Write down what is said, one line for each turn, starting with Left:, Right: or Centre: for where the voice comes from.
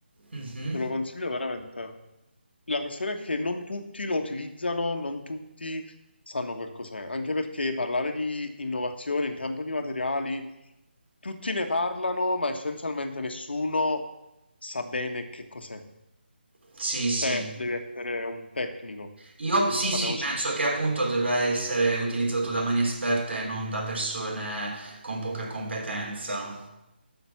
Right: mhm,
Left: te lo consiglio veramente. La questione è che non tutti lo utilizzano, non tutti sanno quel cos'è, anche perché parlare di innovazione in campo di materiali, tutti ne parlano, ma essenzialmente nessuno sa bene che cos'è.
Right: Sì, sì.
Left: Te devi essere un tecnico,
Right: Io sì,
Left: parliamoci.
Right: sì, penso che appunto debba essere utilizzato da mani esperte e non da persone con poca competenza.